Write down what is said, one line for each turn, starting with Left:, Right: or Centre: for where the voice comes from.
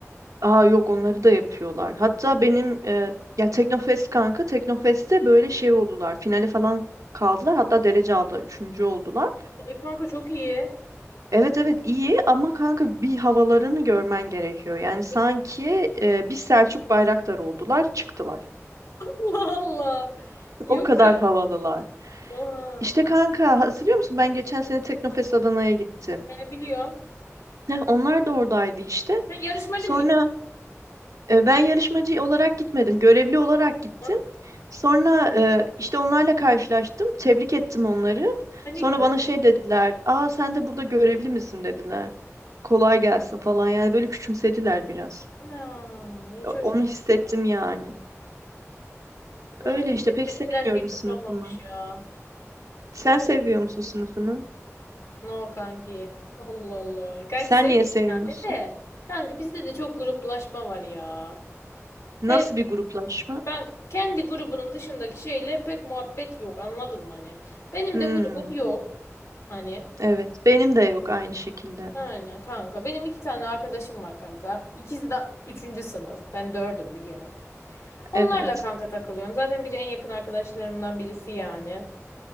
Right: Aa yok onları da yapıyorlar. Hatta benim e, ya Teknofest kanka Teknofest'te böyle şey oldular. Finale falan kaldılar. Hatta derece aldılar. Üçüncü oldular.
Left: E kanka çok iyi.
Right: Evet evet iyi ama kanka bir havalarını görmen gerekiyor. Yani
Left: <laughs>
Right: sanki e, bir Selçuk Bayraktar oldular çıktılar.
Left: Allah Allah. Yok
Right: O kadar
Left: artık.
Right: havalılar.
Left: Oha.
Right: İşte kanka hatırlıyor musun ben geçen sene Teknofest Adana'ya gittim.
Left: E, biliyorum.
Right: Heh, onlar da oradaydı işte.
Left: Sen yarışmacı
Right: Sonra
Left: mı gittin?
Right: e, ben yarışmacı olarak gitmedim. Görevli olarak gittim.
Left: Ha,
Right: Sonra e, işte onlarla karşılaştım. Tebrik ettim onları.
Left: ne
Right: Sonra
Left: güzel.
Right: bana şey dediler. Aa sen de burada görevli misin dediler. Kolay gelsin falan yani böyle küçümsediler biraz.
Left: Ana, hiç
Right: O-
Left: hoş
Right: Onu
Left: olmamış.
Right: hissettim yani.
Left: Onu
Right: Öyle
Left: hissettirdilerse
Right: işte pek sevmiyorum
Left: hiç
Right: sınıfımı.
Left: hoş olmamış ya.
Right: Sen
Left: Olur.
Right: seviyor
Left: mu?
Right: musun sınıfını?
Left: No kanki. Allah Allah. Kanki
Right: Sen
Left: seviyorum
Right: niye sevmiyorsun?
Left: yani de. Kanki bizde de çok gruplaşma var ya.
Right: Nasıl
Left: Her
Right: bir gruplaşma?
Left: Kanka kendi grubunun dışındaki şeyle pek muhabbet yok anladın mı hani? Benim
Right: Hmm.
Left: de grubum yok hani.
Right: Evet. Benim de yok aynı şekilde.
Left: Aynen kanka. Benim iki tane arkadaşım var kanka. İkisi de üçüncü sınıf. Ben dördüm biliyorum. Onlarla
Right: Evet.
Left: kanka takılıyorum. Zaten biri en yakın arkadaşlarımdan birisi yani.